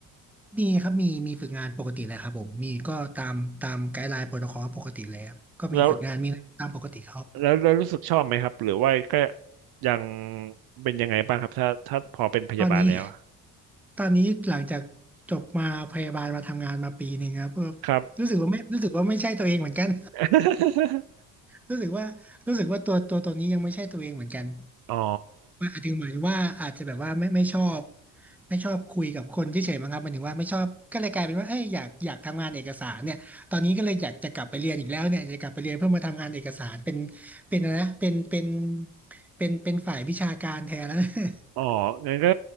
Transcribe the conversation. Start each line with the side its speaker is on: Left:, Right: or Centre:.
Centre: มีครับมีมีฝึกงานปกติเลยครับผมมีก็ตามตามไกด์ไลน์โปรโตคอลปกติเลยครับก็มีฝึกงานมีอะไรตามปกติครับ
Right: แล้วแล้วแล้วแล้วรู้สึกชอบไหมครับหรือว่าก็ยังเป็นยังไงบ้างครับถ้าถ้าพอเป็นพยาบาลแล้วอะ
Centre: ตอนนี้ตอนนี้หลังจากจบมาพยาบาลมาทำงานมาปีหนึ่งครับก็
Right: ครับ
Centre: รู้สึกว่าไม่รู้สึกว่าไม่ใช่ตัวเองเหมือนกัน
Right: <laughs>
Centre: รู้สึกว่ารู้สึกว่าตัวตัวตัวนี้ยังไม่ใช่ตัวเองเหมือนกัน
Right: อ๋อ
Centre: ว่าอาจจะหมายถึงว่าอาจจะแบบว่าไม่ไม่ชอบไม่ชอบคุยกับคนเฉยๆมั้งครับหมายถึงว่าไม่ชอบก็เลยกลายเป็นว่าเอ้ยอยากอยากทำงานเอกสารเนี่ยตอนนี้ก็เลยอยากจะกลับไปเรียนอีกแล้วเนี่ยจะกลับไปเรียนเพื่อมาทำงานเอกสารเป็นเป็นอะไรนะเป็นเป็นเป็นเป็นฝ่ายวิชาการแทนแล้ว <laughs>
Right: อ๋องั้นก็